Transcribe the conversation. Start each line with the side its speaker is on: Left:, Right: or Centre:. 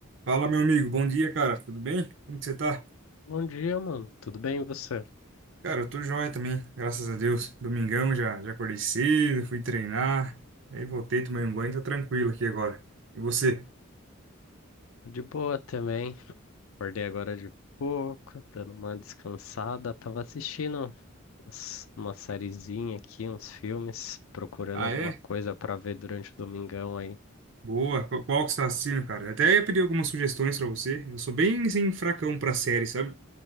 Right: Fala, meu amigo. Bom dia, cara. Tudo bem? Como que você tá?
Left: Bom dia, mano. Tudo bem e você?
Right: Cara, eu tô joia também, graças a Deus. Domingão já, já acordei cedo, fui treinar. Aí voltei, tomei um banho, tô tranquilo aqui agora. E você?
Left: De boa também. Acordei agora de pouco, dando uma descansada. Tava assistindo umas- uma sériezinha aqui, uns filmes, procurando
Right: Ah,
Left: alguma
Right: é?
Left: coisa pra ver durante o domingão aí.
Right: Boa. Qu- Qual que você tá assistindo, cara? Até ia pedir algumas sugestões pra você. Eu sou bem, assim, fracão pra série, sabe?